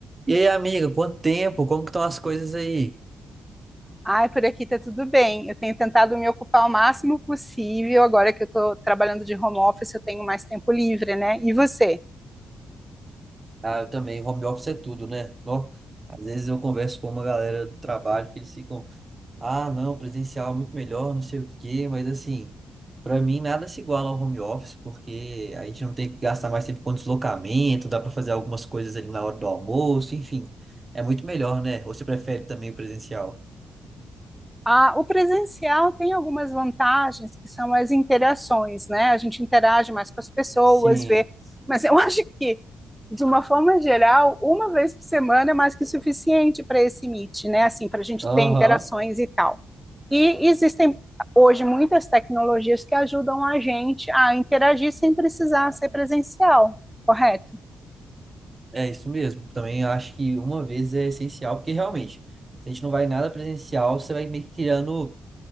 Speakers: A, on the right; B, in the centre.
A: E aí, amiga, quanto tempo? Como que estão as coisas aí?
B: Ai, por aqui tá tudo bem. Eu tenho tentado me ocupar o máximo possível. Agora que eu estou trabalhando de home office, eu tenho mais tempo livre, né? E você?
A: Ah, eu também, home office é tudo, né? Ó, às vezes eu converso com uma galera do trabalho que eles ficam, ah, não, presencial é muito melhor, não sei o quê, mas assim, pra mim nada se iguala ao home office, porque a gente não tem que gastar mais tempo com deslocamento, dá pra fazer algumas coisas ali na hora do almoço, enfim, é muito melhor, né? Ou você prefere também o presencial?
B: Ah, o presencial tem algumas vantagens que são as interações, né? A gente interage mais com as pessoas,
A: Sim.
B: vê. Mas eu <laughs> acho que, de uma forma geral, uma vez por semana é mais que suficiente para esse meet, né? Assim, para a gente
A: Aham.
B: ter interações e tal. E existem hoje muitas tecnologias que ajudam a gente a interagir sem precisar ser presencial, correto?
A: É isso mesmo. Também acho que uma vez é essencial, porque realmente, se a gente não vai em nada presencial, você vai meio que criando